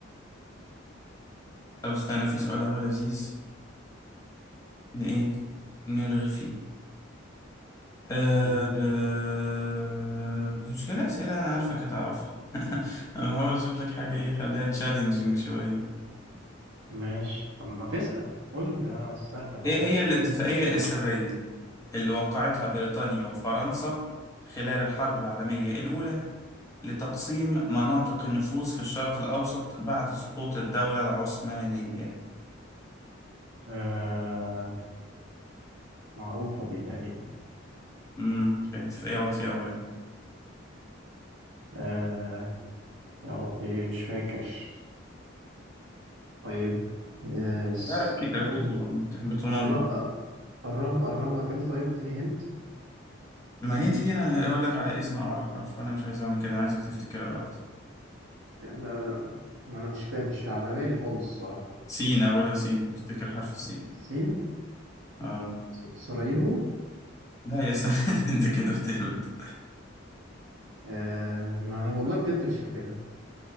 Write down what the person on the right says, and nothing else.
مم.
ماشي طب ما تسأل قول لي ده سهلة برضه
اشوف
الكلام
آه معروفة دي تقريبا
آه يا ربي مش فاكر طيب آه اس-
هو
قرب
قرب قربها كده طيب اديني هنت
لا لا ما انا مش فاهم مش على بالي خالص الصراحة
سين
س- سراييفو
آه ما انا والله بجد مش فاكرها